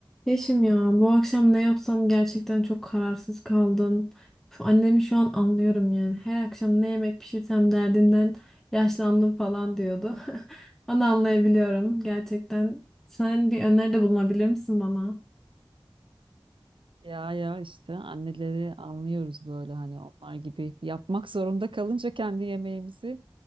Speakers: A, in the centre; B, on the right.
A: Yeşim ya bu akşam ne yapsam gerçekten çok kararsız kaldım. Üf, Annemi şu an anlıyorum yani. Her akşam ne yemek pişirsem derdinden yaşlandım falan diyordu. <laughs> Onu anlayabiliyorum gerçekten. Sen bir öneride bulunabilir misin bana?
B: Ya ya işte anneleri anlıyoruz böyle hani onlar gibi yapmak zorunda kalınca kendi yemeğimizi.